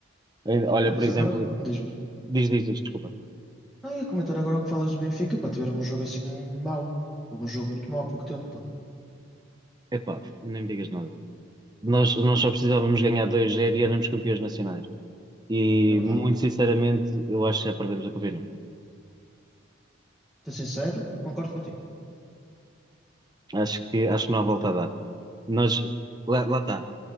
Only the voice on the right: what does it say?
Eh, Olha,
por exemplo,
diz, diz, diz, desculpa.
Epá, nem me digas nada. Nós, nós só precisávamos ganhar dois 0 e éramos campeões nacionais. E,
muito sinceramente, eu acho que já perdemos a campeonato.
Acho que, acho que não há volta a dar. Nós, lá, lá está.